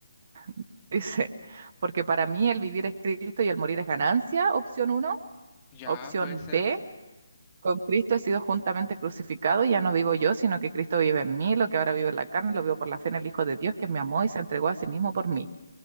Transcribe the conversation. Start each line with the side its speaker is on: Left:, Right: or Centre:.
Right: <laughs> Dice, porque para mí el vivir es Cristo y el morir es ganancia, opción uno.
Left: Ya,
Right: Opción
Left: puede ser.
Right: B, Con Cristo he sido juntamente crucificado, ya no vivo yo, sino que Cristo vive en mí, lo que ahora vivo en la carne, lo vivo por la fe en el Hijo de Dios, que me amó y se entregó a sí mismo por mí.